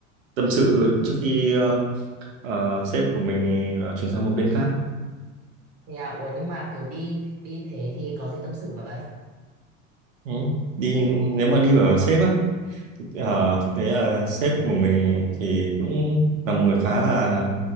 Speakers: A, on the right; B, on the right.
A: tâm sự trước khi ờ, ờ, sếp của mình ờ, chuyển sang một bên khác
B: thế à ủa nhưng mà kiểu đi đi thế thì có gì tâm sự vậy?
A: ừ. đi nếu mà đi ở sếp á Ờ,
B: Vâng.
A: thực tế là sếp của mình thì cũng là một người khá là